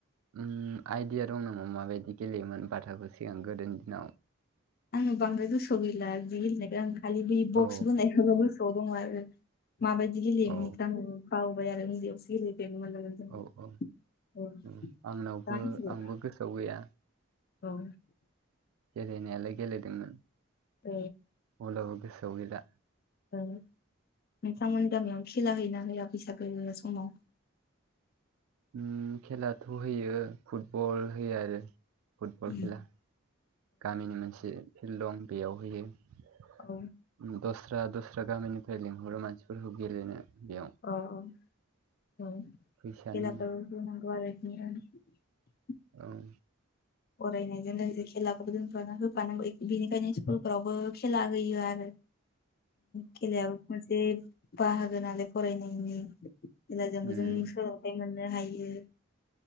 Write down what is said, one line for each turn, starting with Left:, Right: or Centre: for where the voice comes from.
Right: उम आइदिया दं नामा माबायदि गेलेयोमोन बाथाखौ सिगां गोदोनि दिनाव?
Left: आङो बांद्राय गोसोआव गैला बे गेलेनायखो आं खालि बे बक्स
Right: औ
Left: बोनायखौ गोसो याव दङो आरो माबायदि गेलेयोमोन
Right: औ
Left: आङो बावबाय आरो उन्दैयावसो गेले नो मोन्दोंमोन जोङो।
Right: औ औ
Left: औ
Right: उम आंनावबो
Left: दा मिथिगौ
Right: आंबो गोसोआव गैया
Left: औ
Right: गेलेनायालाय गेलेदोंमोन
Left: औ
Right: अब्लाबो गोसोआव गैला।
Left: ओं नोंथांमोननि गामियाव खेला होयोना होया बैसागो समाव।
Right: उम खेलाथ' होयो फुटबल होयो आरो फुटबल
Left: औ
Right: खेला। गामिनि मोनसे फिल्ड दं बेयाव होयो उम
Left: औ
Right: दस स्रा दस्रा गामिनिफ्राय लिंहरो मानसिफोरखौ गेलेनो। बेयाव
Left: अ अ औ
Right: फैसानि
Left: <unintelligible> <unintelligible>
Right: ओं
Left: फरायनायजों लोगोसे खेलाखौबो जोंफ्र होफानांगौ बेनिखायनो स्कुलफोरावबो खेला होयो आरो।
Right: <inaudible>
Left: खेलायाबो मोनसे बाहागो नालाय फरायनायनि। खेलाजोंबो
Right: उम
Left: जों सोलोंथाइ मोननो हायो।